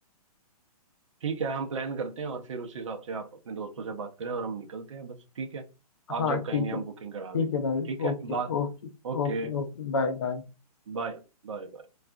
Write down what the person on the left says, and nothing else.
हाँ
ठीक
है ठीक
है भाई
Okay
Okay
Okay okay bye bye